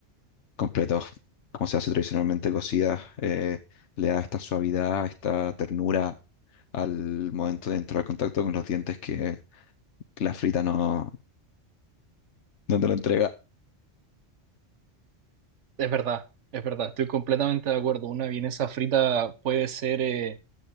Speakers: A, on the left; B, on the right.
A: completos, como se hace tradicionalmente cocidas, eh, le da esta suavidad, esta ternura al momento de entrar en contacto con los dientes que la frita no, no te lo entrega.
B: Es verdad, es verdad, estoy completamente de acuerdo. Una vienesa frita puede ser eh,